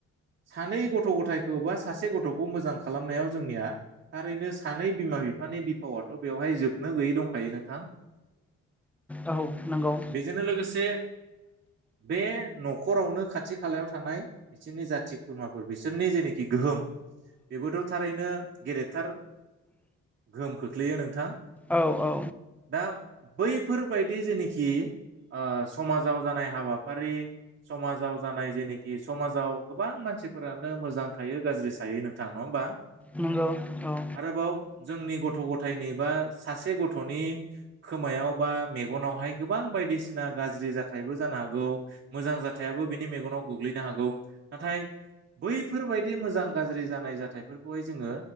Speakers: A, on the right; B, in the centre.
A: सानै गथ' गथायखौ बा सासे गथ'खौ मोजां खालामनायाव जोंनिया थारैनो सानै बिम बिमा बिफानि बिफावथ' बेवहाय जोबनो गैयै दंखायो नोंथां
B: औ नांगौ
A: बेजोंनो <inaudible> बे न'खरावनो खाथि खालायाव थानाय बिसोरनि जाथि खुरमाफोर बिसोरनि जेनेखि गोहोम बेबोथ' थारैनो गेदेरथार गोहोम खोख्लैयो नोंथां।
B: औ औ
A: दा बैफोरबायदि जेनोखि ओ समाजाव जानाय हाबाफारि समाजाव जानाय जेनोखि समाजाव गोबां मान मानसिफोरानो मोजां थायो गाज्रि थायो नोंथां नङा होमबा?
B: नंगौ औ
A: आरोबाव जोंनि गथ' गथायनि बा सासे गथ'नि खोमायाव बा मेगनावहाय गोबां बायदिसिना गाज्रि जाथायबो जानो हागौ मोजां जा जाथायाबो बिनि मेगनाव गोग्लैनो हागौ नाथाय बैफोरबायदि मोजां गाज्रि जानाय जाथायफोरखौहाय जोङो